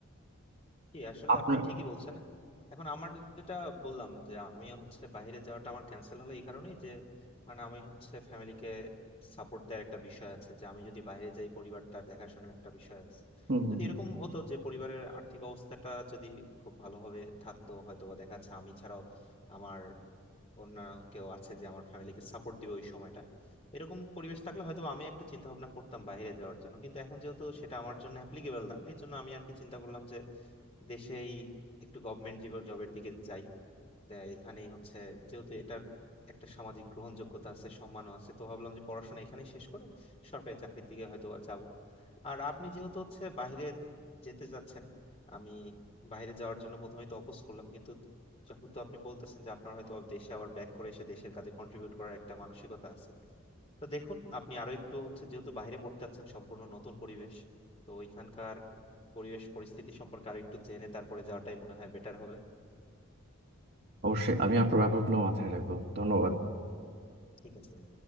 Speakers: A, on the left; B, on the right.
A: জি আসলে
B: আপনার
A: আপনি ঠিকই বলছেন এখন আমার যেটা বললাম যে আমি হচ্ছে বাইরে যাওয়াটা আমার ক্যান্সেল হলো এই কারণেই যে মানে আমি হচ্ছে ফ্যামিলিকে সাপোর্ট দেওয়ার একটা বিষয় আছে যে আমি যদি বাইরে যাই পরিবারটা দেখাশোনার একটা বিষয় আছে
B: হুম হুম
A: যদি
B: হুম
A: এরকম হতো যে পরিবারের আর্থিক অবস্থাটা যদি খুব ভালোভাবে থাকতো হয়তো বা দেখা যাচ্ছে আমি ছাড়াও আমার অন্য কেউ আছে যে আমার ফ্যামিলিকে সাপোর্ট দিবে ওই সময়টা এরকম পরিবেশ থাকলে হয়তো আমি একটু চিন্তা ভাবনা করতাম বাইরে যাওয়ার জন্য কিন্তু এখন যেহেতু সেটা আমার জন্য অ্যাপ্লিকেবল না এই জন্য আমি আর কি চিন্তা করলাম যে দেশেই একটু গভর্নমেন্ট জবের দিকে যাই যে এখানেই হচ্ছে যেহেতু এটার একটা সামাজিক গ্রহণযোগ্যতা আছে সম্মানও আছে তো ভাবলাম যে পড়াশোনা এখানেই শেষ করে সরকারি চাকরির দিকে হয়তো বা যাব আর আপনি যেহেতু হচ্ছে বাইরে যেতে যাচ্ছেন আমি বাইরে যাওয়ার জন্য প্রথমেই তো অপোজ করলাম কিন্তু যেহেতু আপনি বলতেছেন যে আপনার হয়তো দেশে আবার ব্যাক করে এসে দেশের কাজে কন্ট্রিবিউট করার একটা মানসিকতা আছে তো দেখুন আপনি আরো একটু হচ্ছে যেহেতু বাইরে পড়তে যাচ্ছেন সম্পূর্ণ নতুন পরিবেশ তো ওইখানকার পরিবেশ পরিস্থিতি সম্পর্কে আরো একটু জেনে তারপরে যাওয়াটাই মনে হয় বেটার হবে
B: অবশ্যই আমি আপনার ব্যাপারগুলো মাথায় রাখবো ধন্যবাদ
A: ঠিক আছে ভাই